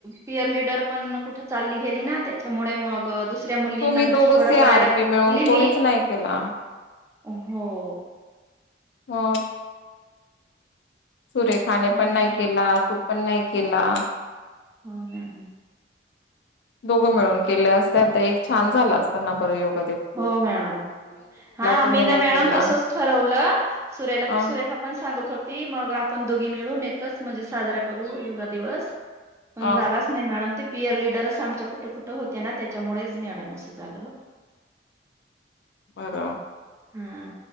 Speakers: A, on the right; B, on the left.
A: पियर लिडर पण कुठं चालली गेली ना ते मुळे मग अं दुसऱ्या मुलींना
B: तुम्ही दोघं
A: गोडा
B: सी
A: करायला
B: आर पी
A: गेली
B: मिळून
A: मी.
B: कोणीच नाही केला
A: हो.
B: ह <unintelligible> सुरेखाने
A: हं.
B: पण नाही केला तू पण नाही केला.
A: हम्म हम्म.
B: दोघं मिळून केलं असता तर एक छान झाला असता ना बर योग
A: हो मॅडम हा
B: तुम्ही
A: मी
B: नाही
A: ना मॅडम
B: केला
A: तसच ठरवलं सरे
B: अ
A: सुरेखा पा पण सांगत होती मग आपण दोघी मिळून एकच म्हणजे साजरा करू योगा दिवस पण
B: अ
A: झालाच नाही मॅडम ते - पियर लीडरचं आमच्या कुठं कुठं होत्या ना त्याच्यामुळेच मॅडम असं झालं.
B: बर.
A: हा